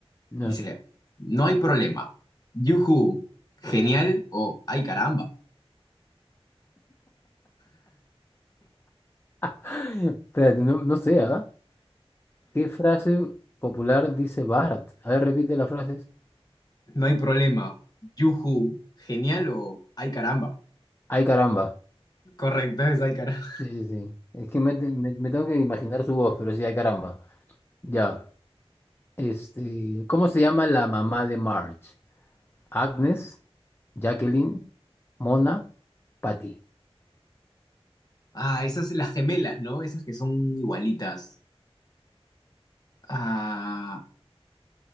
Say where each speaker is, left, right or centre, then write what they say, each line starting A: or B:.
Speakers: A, on the left; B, on the left.
A: no.
B: Dice, no hay problema. Yuhu, genial o ay caramba.
A: <laughs> Espérate, no, no sé, ¿ah? ¿Qué frase popular dice Bart? A ver, repite las frases.
B: No hay problema. Yuhu, genial o ay caramba.
A: Ay, caramba.
B: Correcto, es ay caramba.
A: Sí, sí, sí. Es que me, me- me tengo que imaginar su voz, pero sí, ay, caramba. Ya. Este, ¿cómo se llama la mamá de Marge? Agnes, Jacqueline, Mona, Patty.
B: Ah, esas las gemelas, ¿no? Esas que son igualitas. Ah,